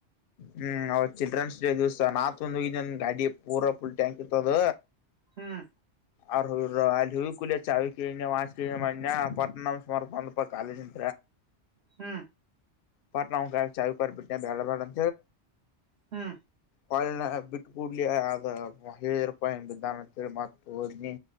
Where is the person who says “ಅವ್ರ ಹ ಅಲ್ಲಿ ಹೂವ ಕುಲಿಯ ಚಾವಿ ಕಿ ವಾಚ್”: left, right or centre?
Left